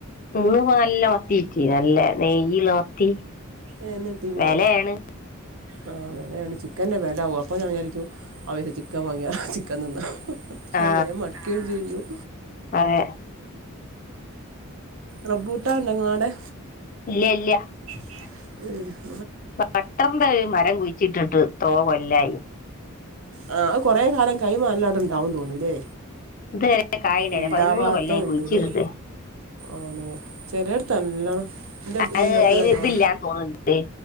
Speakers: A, on the left; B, on the right.
A: മന്ന് നല്ല മത്തീക്ക് നല്ല നെയ്യുള്ള മത്തി
B: ഏ നട്ടീനോ
A: വിലയാണ്
B: ആ വിലയാണ് ചിക്കൻ്റെ വില ആകും അപ്പോൾ ഞാൻ വിചാരിക്കും ആപൈസക്ക് ചിക്കൻ വാങ്ങിയാ ചിക്കൻ തിന്ന ചമയം
A: ആ
B: മടക്കുകയും ചെയ്യും
A: അതെ
B: റബ്ബൂട്ടാ ഉണ്ടെങ്ക അവിടെ
A: ഇല്ല ഇല്ല
B: ഉം
A: ബട്ടർന്റെ ഒരു മരം കുഴിച്ചിട്ടിട്ട് ത്രോ കൊല്ലായി
B: ആ അ കൊറെ കാലം കൈമാറല്ലാറണ്ടാവന്ന് തോന്നില്ലേ
A: ഇതുവരെ കായുണ്ടായില്ല
B: ഉണ്ടാവാത്ത
A: പതിമൂന്ന് കൊല്ലായി
B: ഉണ്ട്ല്ലേ
A: കുഴിച്ചിട്ടിട്ട്
B: ആണോ ചെലോടത്ത് നല്ലോണം എൻ്റെ അടുത്ത്
A: അ
B: വീടിൻ്റെ അടുത്ത്
A: അയിന് ഇതില്ല
B: ആ
A: തോന്നണ്ട്